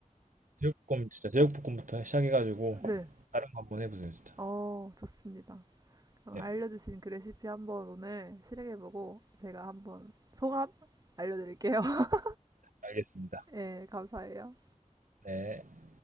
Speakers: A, on the right; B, on the right.
A: 제육볶음 진짜 제육볶음부터 시작해가지고
B: <laughs> 네.
A: 다른 거 한번 해보세요, 진짜.
B: 어 좋습니다. 어,
A: 네,
B: 알려주신 그 레시피 한번 오늘 실행해보고 제가 한번 소감 알려드릴게요. <laughs>
A: 알겠습니다.
B: 예, 감사해요.
A: 네.